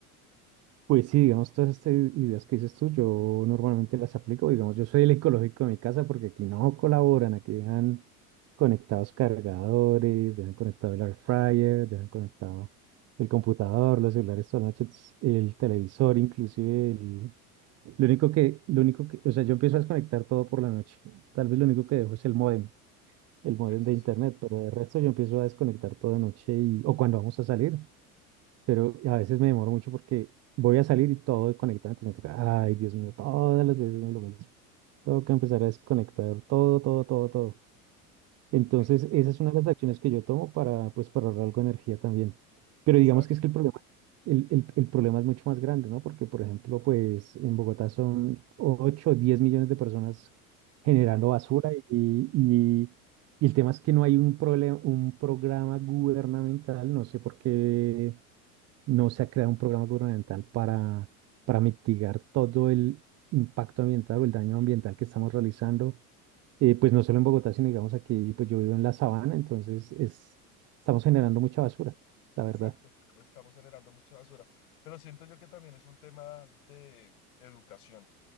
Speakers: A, on the right (about 35°); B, on the left (about 80°).
A: Pues sí, digamos, todas estas ideas que dices tú, yo normalmente las aplico. Digamos, yo soy el ecológico de mi casa porque aquí no colaboran, aquí dejan conectados cargadores, dejan conectado el air fryer, dejan conectado el computador, los celulares toda la noche, ts- el televisor, inclusive el... Lo único que, lo único que, o sea, yo empiezo a desconectar todo por la noche. Tal vez lo único que dejo es el módem, el módem
B: Sí, eso
A: de internet,
B: sí,
A: pero de resto yo empiezo a desconectar todo de noche y, o cuando vamos a salir pero a veces me demoro mucho porque voy a salir y todo desconectado, entonces me toca, ay, Dios mío, todas las veces es lo mismo. Tengo que empezar a desconectar todo, todo, todo, todo. Entonces,
B: exacto,
A: esa es una de las acciones que yo tomo para, pues, para ahorrar algo de energía también. Pero
B: exacto,
A: digamos que es que el problema, el, el, el problema es mucho más grande, ¿no? Porque, por ejemplo, pues en Bogotá son 8 o 10 millones de personas
B: ujú,
A: generando basura y, y, y el tema es que no hay un, problema un programa gubernamental, no sé por qué no se ha creado un programa gubernamental para, para mitigar todo el impacto ambiental o el daño ambiental que estamos realizando, eh, pues no solo en Bogotá, sino digamos aquí, pues yo vivo en la sabana, entonces es, estamos generando mucha basura, la
B: exacto,
A: verdad.
B: estamos generando mucha basura, pero siento yo que también es un tema de educación.